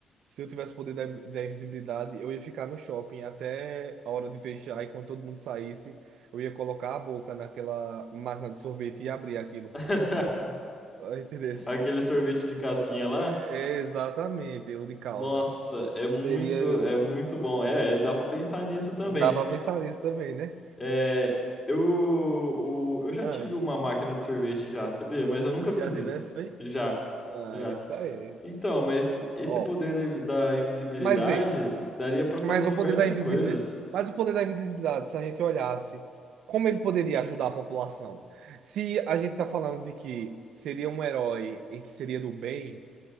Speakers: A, on the right; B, on the left.
A: se eu tivesse o poder da, da invisibilidade, eu ia ficar no shopping até a hora de fechar, e quando todo mundo saísse, eu ia colocar a boca naquela máquina de sorvete e abrir aquilo.
B: <laughs>
A: Ah, Entendeu? <laughs>
B: Aquele sorvete de casquinha
A: Ah,
B: lá?
A: é- Exatamente, eu de calda.
B: Nossa, é muito,
A: Seria.
B: é muito bom. É, é, dá pra pensar nisso
A: Dá
B: também.
A: pra pensar nisso também, né?
B: É, eu, o- eu já
A: Ah,
B: tive uma máquina de sorvete já, sabia? Mas eu nunca fiz
A: já
B: isso.
A: tivesse feito?
B: Já,
A: Ah,
B: já.
A: isso aí.
B: Então, mas esse
A: Ó,
B: poder da, da invisibilidade
A: mas veio.
B: daria pra fazer
A: Mas o
B: diversas
A: poder da invisibilidade,
B: coisas.
A: mas o poder da invisibilidade, se a gente olhasse, como ele poderia ajudar a população? Se a gente está falando de que seria um herói e que seria do bem,